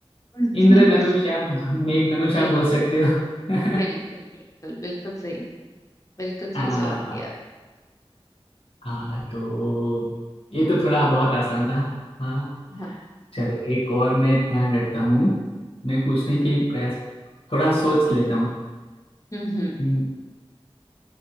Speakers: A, on the left; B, on the left.
A: <laughs>
B: इंद्रधनुष या मेघ धनुष आप
A: बिल
B: बोल सकते हो <laughs>
A: बिल्कुल बिल्कुल बिल्कुल सही बिल्कुल
B: हाँ
A: सही जवाब दिया
B: हाँ तो ये तो थोड़ा बहुत आसान था हाँ
A: आप
B: चलो एक और मैं ध्यान रखता हूँ मैं पूछने
A: हम्म
B: के प्रयास थोड़ा सोच लेता हूँ
A: हम्म
B: हम्म,